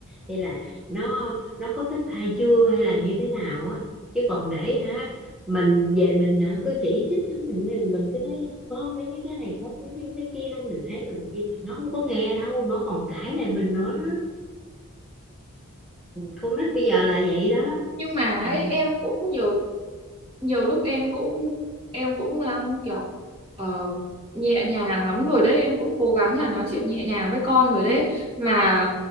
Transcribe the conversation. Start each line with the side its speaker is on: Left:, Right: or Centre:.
Centre: hay là nó nó có thích ai chưa hay là như thế nào á chứ còn để hả mình về mình hả, cứ chỉ trích nó mình mình cứ nói con phải như thế này con phải như thế kia mình ấy rồi kia nó không có nghe đâu nó còn cãi lại mình nữa đó con nít bây giờ là vậy đó
Right: nhưng mà ấy,
Centre: Ừ,
Right: em cũng nhiều nhiều lúc em cũng em cũng là kiểu ờ, nhẹ nhàng lắm rồi đấy em cũng cố gắng là nói chuyện nhẹ nhàng với con rồi đấy mà